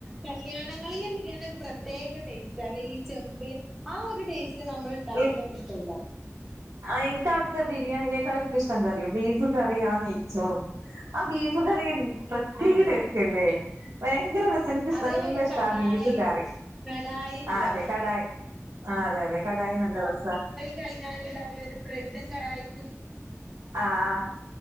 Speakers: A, in the centre; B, on the right (about 75°).
A: കല്യാണങ്ങളിലെ ബിര്യാണി ഒരു പ്രത്യേ ക ടേസ്റ്റലേ ഈ ചെമ്പ് ല് ആ ഒരു ടേസ്റ്റ് നമ്മള്ണ്ടാക്കുമ്പ
B: ഈ
A: കിട്ടൂല.
B: ആഹ് ഇൻക്കവിട്ത്തെ ബിരിയാണിനേക്കാളും ഇൻക്കിഷ്ട എന്താറിയോ ബീഫ് കറി ആ നെയ്ച്ചോറും. ആ ബീഫ് കറി പ്രത്യേക
A: ആഹ്
B: ടേസ്റ്റല്ലേ. ഭയങ്കര രസാ ഇൻക്ക്ശ്
A: അതേപോലെ
B: നല്ലഷ്ട
A: കടായി
B: ആ ബീഫ് കറി
A: കടായിണ്ടല്ലോ
B: ആഹ് അതെ കടായി. ആഹ് അതെ അതെ കടായി നല്ല രസാ.
A: കയ്ഞ്ഞാല്ണ്ടാവുലെ ഒരു ബ്രെഡും കടായിം.
B: ആഹ് ആഹ്